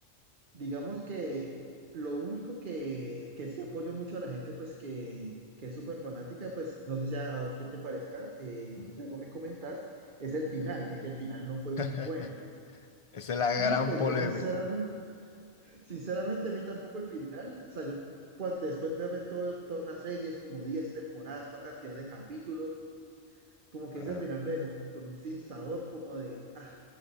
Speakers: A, on the right; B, on the left.
A: Digamos que lo único que, que sí apoyo mucho a la gente, pues que, que es súper fanática, pues no sé si a, a vos qué te parezca, eh,
B: Ujú.
A: si algo me comentás, es el final, de que el final no fue
B: <laughs>
A: muy bueno.
B: Esa es la
A: Y
B: gran
A: pues
B: polémica.
A: yo sinceramente, sinceramente a mí tampoco el final, o sea, yo cuando, después de verme todo- todas las series, como 10 temporadas, toda cantidad de capítulos, como que
B: Ajá.
A: ese final me dejó como con un sinsabor, como de, ah,